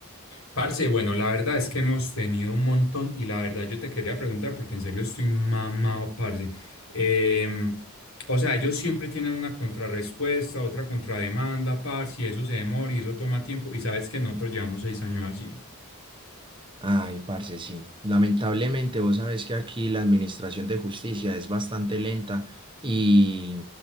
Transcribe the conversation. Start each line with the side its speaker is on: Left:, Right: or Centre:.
Left: Parce, bueno, la verdad es que hemos tenido un montón y la verdad yo te quería preguntar porque en serio estoy mamado, parce. Em, o sea, ellos siempre tienen una contrarrespuesta, otra contrademanda, parce, y eso se demora y eso toma tiempo y sabes que nosotros llevamos seis años así.
Right: Ay, parce, sí. Lamentablemente, vos sabés que aquí la administración de justicia es bastante lenta y,